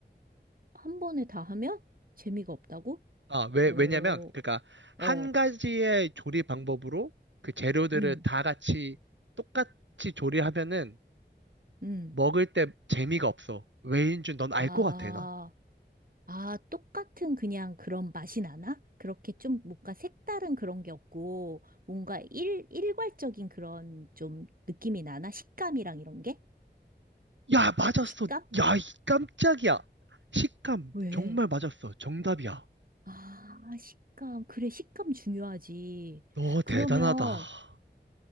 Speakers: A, on the right; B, on the right.
A: 한 번에 다 하면 재미가 없다고?
B: 아, 왜
A: 어.
B: 왜냐면 그러니까 한
A: 어.
B: 가지의 조리 방법으로 그 재료들을
A: 응.
B: 다 같이 똑같이 조리하면은
A: 응.
B: 먹을 때 재미가 없어. 왜인 줄 넌 알
A: 아.
B: 것 같아, 난.
A: 아, 똑같은 그냥 그런 맛이 나나? 그렇게 좀 뭔가 색다른 그런 게 없고, 뭔가 일, 일괄적인 그런 좀 느낌이 나나? 식감이랑 이런 게?
B: 야, 맞았어.
A: 식감?
B: 야, 이 깜짝이야. 식감
A: 왜?
B: 정말 맞았어. 정답이야.
A: 아, 식감. 그래, 식감 중요하지.
B: 너 대단하다.
A: 그러면,